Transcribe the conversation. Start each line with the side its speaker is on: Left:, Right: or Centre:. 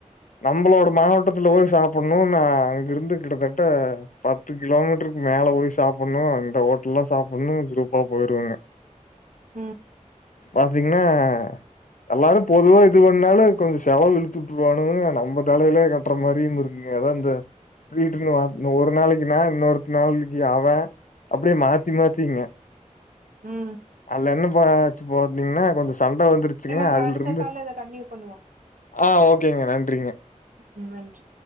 Left: நம்ளோட மாவட்டத்துல போய் சாப்புடணுனு அ அங்க இருந்து கிட்டத்தட்ட பத்து கிலோமீட்ருக்கு மேல போய் சாப்புனு இந்த ஹோட்டல்லா சாப்புணு குரூப்பா போயிருவாங்க
Right: ம்
Left: பாத்தீங்கன்னா எல்லாரும் பொதுவா இது பண்ணாலு கொஞ்ச செலவு இழுத்து விட்டுருவானுக நம்ம தலையில கட்டுற மாதிரியு இருக்கு ஏதான் ந்த வீட்டுகுலா வர்ணு ஒரு நாளைக்குன்னா இன்னொரு நாளைக்கு அவன் அப்படியே மாத்தி மாத்திங்க
Right: ம்
Left: அல்ல என்னு பேச்சு போட்டீங்னா கொஞ்சோ வந்துருச்சுங்க
Right: செர் நம்ம
Left: அதுல
Right: அடுத்த
Left: இருந்து
Right: கால இத கண்டினியு பண்ணுவோ
Left: ஆ ஓகேங்க நன்றிங்க
Right: ம் நன்றி